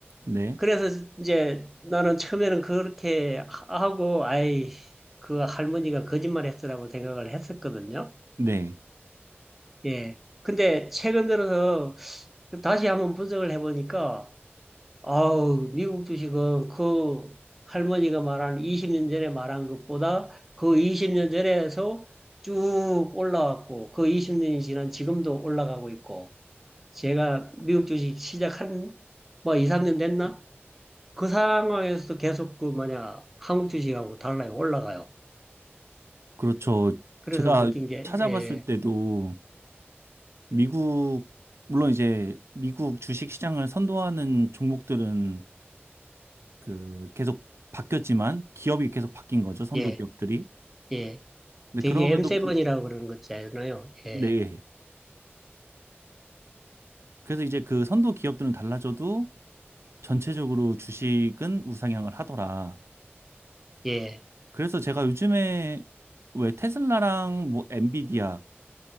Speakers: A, on the right; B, in the centre.
A: 네,
B: 그래서 이제 나는 처음에는 그렇게 하- 하고, 아이, 그 할머니가 거짓말 했으라고 생각을 했었거든요.
A: 네,
B: 예. 근데 최근 들어서 다시 한번 분석을 해보니까, 아우, 미국 주식은 그 할머니가 말한 20년 전에 말한 것보다 그 20년 전에서 쭉 올라왔고, 그 20년이 지난 지금도 올라가고 있고, 제가 미국 주식 시작한 뭐 2, 3년 됐나? 그 상황에서도 계속 그 뭐냐 한국 주식하고 달러가 올라가요.
A: 그렇죠.
B: 그래서
A: 제가
B: 느낀 게
A: 찾아봤을
B: 예,
A: 때도 미국 물론 이제 미국 주식 시장을 선도하는 종목들은 그 계속 바뀌었지만 기업이 계속 바뀐 거죠. 선도
B: 예,
A: 기업들이.
B: 예.
A: 근데
B: 되게
A: 그럼에도
B: M7이라고
A: 불-
B: 그러는 거잖아요. 예,
A: 네. 그래서 이제 그 선도 기업들은 달라져도 전체적으로 주식은 우상향을 하더라.
B: 예,
A: 그래서 제가 요즘에 왜 테슬라랑 뭐 엔비디아